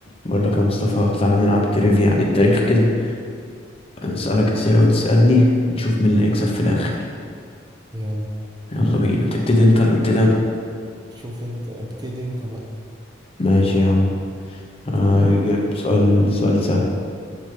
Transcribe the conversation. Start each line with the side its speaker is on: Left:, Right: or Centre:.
Left: بقول لك يا مصطفى تعالى نلعب تريفيا عن التاريخ كده أنا اسألك أسئلة وتسألني نشوف مين اللي هيكسب في الآخر
Right: يلا
Left: يلا بينا تبتدي انت ولا ابتدي انا
Right: شوف انت ابتدي انت بقى
Left: ماشي يا عم هجيلك
Right: يلا
Left: بسؤال سؤال سهل